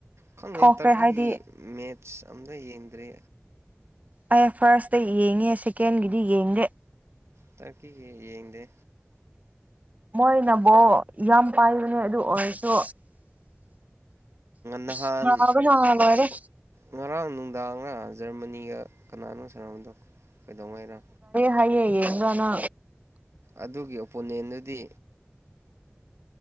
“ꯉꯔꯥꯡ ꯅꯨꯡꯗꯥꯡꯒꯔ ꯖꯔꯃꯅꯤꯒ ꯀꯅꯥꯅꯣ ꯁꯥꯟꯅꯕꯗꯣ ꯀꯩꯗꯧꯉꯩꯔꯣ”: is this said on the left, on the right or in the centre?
Right